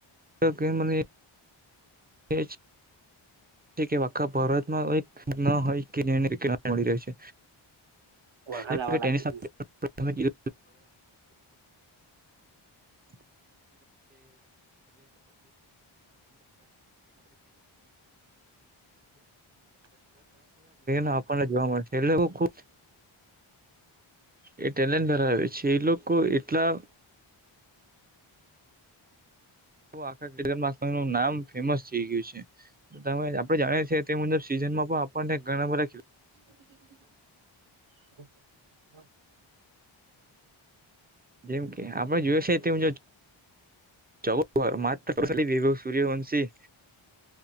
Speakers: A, on the right; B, on the right.
A: કે મને એ જ કે આખા ભારતમાં કો ન હોય કે જેને રી ના મળી રહે છે,
B: વરખાદ
A: જેમ
B: આવવા
A: કે ટેનિસ
B: લાગે
A: તમે કીધું <unintelligible> <unintelligible> આપને જોવા મળે છે એ લોકો એ ટેલેન્ટ ધરાવે છે, એ લોકો એટલા આખા કેદરમાં નું નામ ફેમસ થઈ ગયું છે, તમે આપડે જાણીએ છીએ તે મુજબ સીઝનમાં પણ આપણને ઘણા બધા ખે
B: <unintelligible>
A: જેમ કે આપડે જોઈએ છે તે હ મુજબ <unintelligible> સૂર્ય વંશી